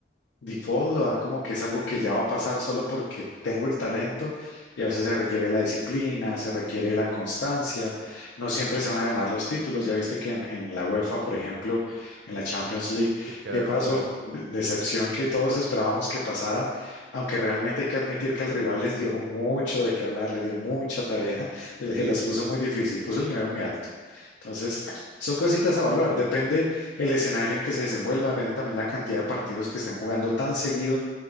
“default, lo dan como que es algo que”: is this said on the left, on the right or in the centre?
Left